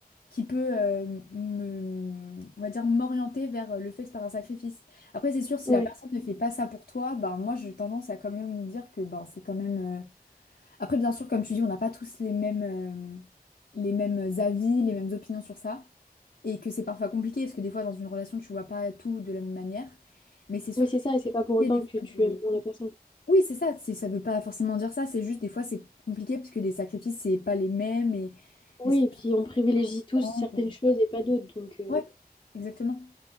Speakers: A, on the left (about 80°); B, on the left (about 30°).
A: qui peut euh, me, on va dire, m'orienter vers le fait de faire un sacrifice. Après, c'est sûr, si
B: ouais.
A: la personne ne fait pas ça pour toi, ben moi j'ai tendance à quand même me dire que ben c'est quand même. euh, Après, bien sûr, comme tu dis, on n'a pas tous les mêmes, euh, les mêmes avis, les mêmes opinions sur ça, et que c'est parfois compliqué parce que des fois dans une relation tu vois pas tout de la même manière. Mais c'est sûr
B: Oui, c'est
A: que c'est
B: ça, et c'est pas pour autant
A: compliqué des fois
B: que tu
A: de-
B: aimes moins la personne.
A: Oui, c'est ça. C'est ça veut pas forcément dire ça. C'est juste des fois c'est compliqué parce que les sacrifices c'est pas les mêmes et
B: Oui,
A: les situations.
B: et puis on privilégie
A: différentes.
B: tous certaines choses et pas d'autres, donc... euh,
A: Ouais, exactement.